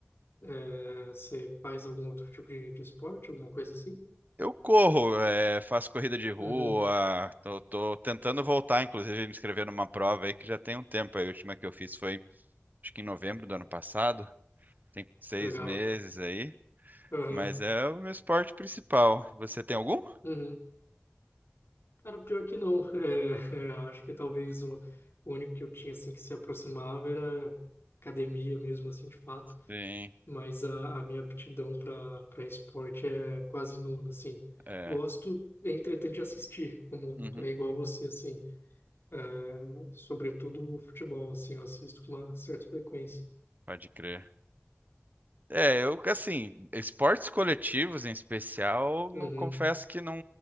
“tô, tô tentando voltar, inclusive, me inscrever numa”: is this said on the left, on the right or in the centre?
Right